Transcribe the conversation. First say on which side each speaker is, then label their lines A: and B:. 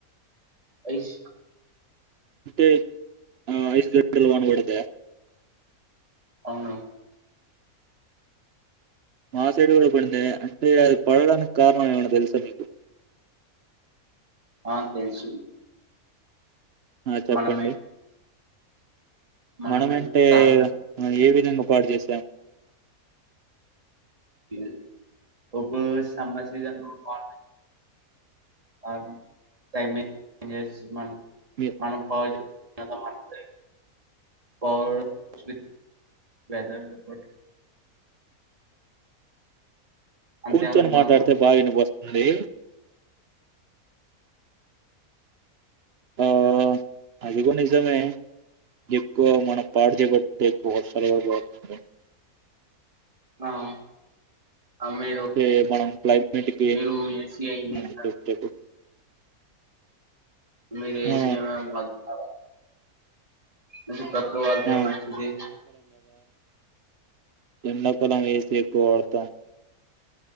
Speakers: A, on the right (about 25°); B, on the right (about 55°).
A: ఐస
B: అంటే ఆ ఐస్ గడ్ల్ వన్ పడిద్ద?
A: అవును
B: మా సైడ్ గూడా పడిందే అంటే అది పడడానికి కారణం ఏమైనా తెలుస మీకు?
A: అ తెలుసు
B: ఆ చెప్పండి
A: మనమే మనమే
B: మనమంటే
A: కాదు
B: ఏ విడ్ నిజంగా పాడుజెసం
A: లే ఒహో సమ్మర్ సీజన్ వా అవును టైమింగ్ ఎస్ మన
B: మి
A: మనం పా కసమర్చిపోయిర్రు పాడు స్వి వెదర్ రిపోట్ అంతే
B: కూర్చొని
A: అనుకున్నారా
B: మాట్లాడ్తె బాగా వినబడ్తుంది ఆ అదిగూడ నిజమే ఎక్కువ మనం పాడు చేబట్టే ఎక్కువ వర్షాలు కూడ <unintelligible>
A: ఆ ఆ, మీరు
B: చే మనం క్లైమేట్‌కి
A: మీరు ఎసీఐ యిట
B: ఆ! చెప్పు చెప్పు.
A: మీర్ ఏసీ
B: ఆ!
A: లోనే బతుకలే ఏసీ తక్కువాళ్తే
B: ఆ!
A: మంచిది
B: ఎండకాలం ఏ సి ఎక్కువాడ్తాం